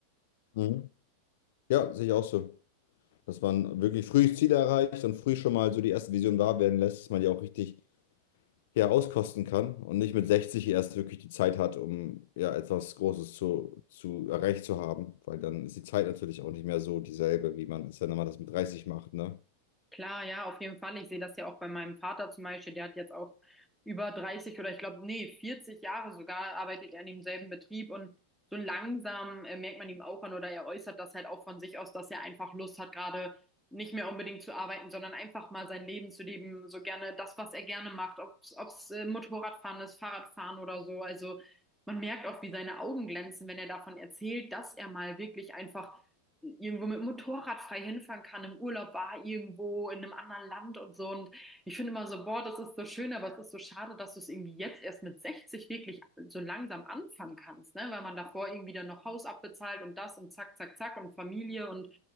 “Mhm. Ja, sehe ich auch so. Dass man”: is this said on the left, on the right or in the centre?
Left